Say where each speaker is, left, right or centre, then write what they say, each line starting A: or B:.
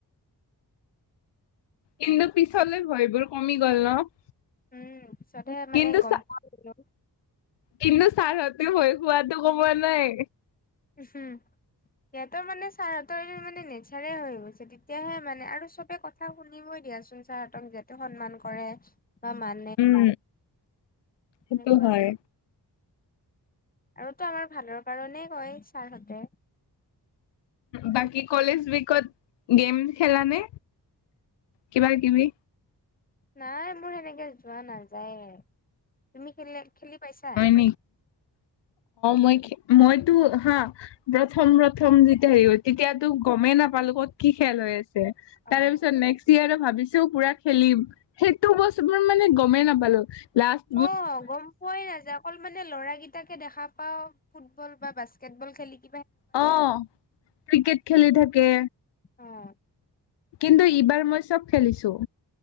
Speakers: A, on the left (about 85°); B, on the left (about 20°).
A: কিন্তু পিছলে ভয়বোৰ কমি গ'ল ন?
B: উম পিছতহে মানে
A: কিন্তু
B: গম পোৱা হৈ গল।
A: কিন্তু ছাৰ হঁতে ভয় খোৱাটো কমোৱা নাই।
B: উ হুম। সিহঁতৰ মানে চাৰ হঁতৰ মানে নেচাৰে হৈ গৈছে তেতিয়াহে মানে আৰু চবে কথ কথা শুনিবই দিয়াচোন ছাৰঁতক যিহেতু সন্মান কৰে বা মান
A: উম সেইটো
B: এনেকুৱা।
A: হয়।
B: আৰুতো আমাৰ ভালৰ কাৰণেই কয়, ছাৰহঁতে।
A: বাকী কলেজ উইকত গেম খেলানে, কিবা কিবি?
B: নাই মোৰ সেনেকে যোৱা নাযায়, তুমি খেলি খেলি পাইছা?
A: হয় অ, মই খে মইতো হা - প্ৰথম প্ৰথম যেতিয়া হেৰি তেতিয়া তো গমেই নাপালো ক'ত কি খেল হৈ আছে। তাৰে
B: অ'।
A: পিছত নেক্সট ইয়োৰ ভাবিছো পুৰা খেলিম। সেইটো বছৰো মানে গমেই নাপালো। লাষ্ট -
B: অ গম পোৱাই নাযাওঁক। অকল মানে ল'ৰাকিটাকে দেখা পাও ফুটবল বা বাস্কেটবল খেলি -
A: অ, ক্ৰিকেট খেলি থাকে।
B: অ,
A: কিন্তু এইবাৰ মই চব খেলিছো।